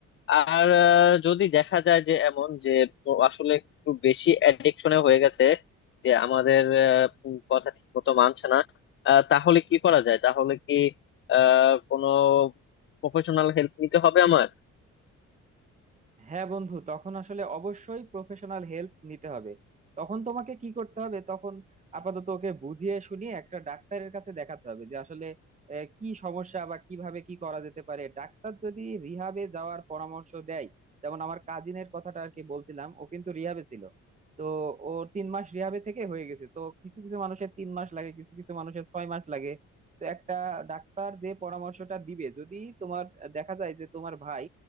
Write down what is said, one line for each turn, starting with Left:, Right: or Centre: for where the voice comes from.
Left: আর আহ, যদি দেখা যায় যে এমন যে ও আসলে একটু বেশি অ্যাডিকশনে হয়ে গেছে যে আমাদের আহ, উম, কথা ঠিক মতো মানছে না আহ, তাহলে কি করা যায় তাহলে কি আহ কোনো প্রফেশনাল হেল্প নিতে হবে আমার
Right: হ্যাঁ বন্ধু তখন আসলে অবশ্যই প্রফেশনাল হেল্প নিতে হবে তখন তোমাকে কি করতে হবে তখন আপাতত ওকে বুঝিয়ে শুনিয়ে একটা ডাক্তারের কাছে দেখাতে হবে যে আসলে আহ, কি সমস্যা বা কিভাবে কি করা যেতে পারে ডাক্তার যদি রিহাবে যাওয়ার পরামর্শ দেয় যেমন আমার কাজিনের কথাটা আর কি বলছিলাম ও কিন্তু রিহাবে ছিল তো ও তিন মাস রিহাবে থেকে হয়ে গেছে তো কিছু কিছু মানুষের তিন মাস লাগে কিছু কিছু মানুষের ছয় মাস লাগে তো একটা ডাক্তার যে পরামর্শটা দিবে যদি তোমার দেখা যায় যে তোমার ভাই